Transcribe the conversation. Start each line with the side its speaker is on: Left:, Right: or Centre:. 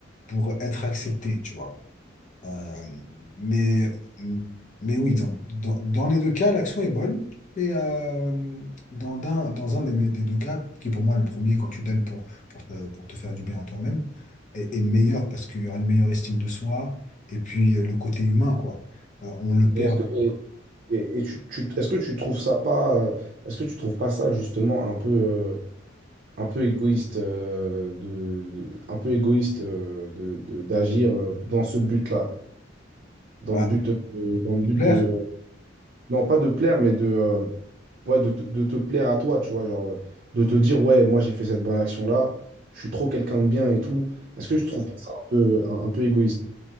Left: pour être accepté, tu vois. Euh, mais, mais oui, dans, dans, dans les deux cas, l'action est bonne. Mais euh, dans un, dans un des, des deux cas, qui est pour moi le premier, quand tu donnes pour, pour te, pour te faire du bien à toi-même, est, est meilleur parce qu'il y aura une meilleure estime de soi et puis euh, le côté humain, quoi. Euh, on le perd
Right: Et est-ce que, et, et- et tu, tu- est-ce que tu trouves ça pas, euh, est-ce que tu trouves pas ça justement un peu, euh, un peu égoïste, euh, de, de- un peu égoïste euh, de, de- d'agir euh, dans ce but-là, dans
Left: à
Right: le but, de- dans le but
Left: plaire.
Right: de, non pas de plaire, mais de, euh, ouais, de, te de te plaire à toi, tu vois, genre euh, de te dire ouais, moi j'ai fait cette bonne action-là, je suis trop quelqu'un de bien et tout. Est-ce que tu trouves pas ça un peu, un, un peu égoïste?